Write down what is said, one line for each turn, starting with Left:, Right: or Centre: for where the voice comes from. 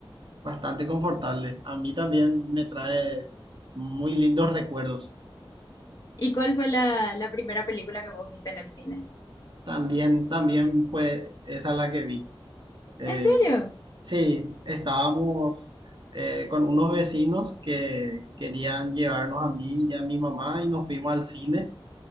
Right: bastante confortable. A mí también me trae muy lindos recuerdos.
Left: ¿Y cuál fue la, la primera película que vos viste en el cine?
Right: También, también fue esa la que vi. Eh,
Left: ¿En serio?
Right: sí, estábamos eh, con unos vecinos que querían llevarnos a mí y a mi mamá y nos fuimos al cine